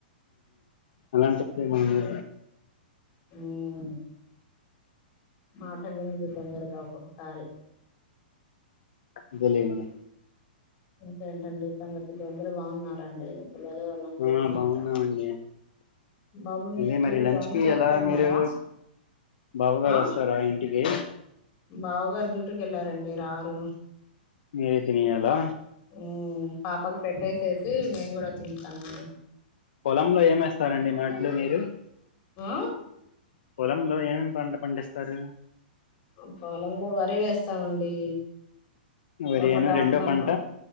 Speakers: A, on the left; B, on the left.
A: అలాన్టప్పుడు మనం <inaudible>
B: హ్మ్ మాట విన్నగుడ్ తొందరగా ఒకోక్కసారి
A: అంతే లేండి
B: ఓ ఏంటండి సంగతుల్లు అందరు బాగున్నారండి పిల్లలు వాళ్ళందరు
A: ఆ
B: బాగున్నారా
A: బాగున్నామండి
B: బాబుని
A: అదే
B: ఏ స్కూ
A: మరి
B: లో
A: లంచ్
B: జాయిన్
A: కి
B: చేస్తున్నారా
A: ఎలా మీరు బావగారు
B: ఆ
A: వస్తారా ఇంటికి
B: బావగారు చు <unintelligible> వెళ్లారండి రారు
A: మీరే తినేయాలా
B: హ్మ్ పాపకు పెట్టేసేసి నేను కూడా తిటనండి
A: పొలంలో ఏమేస్తారండి నాట్లు మీరు
B: ఆ
A: పొలంలో ఏమేమి పంట పండిస్తారు.
B: ఆ పొలంలో వరి వేస్తామండి
A: వరి
B: ఒక
A: అను
B: దాంట్లో
A: రెండో
B: ఉన్నా
A: పంట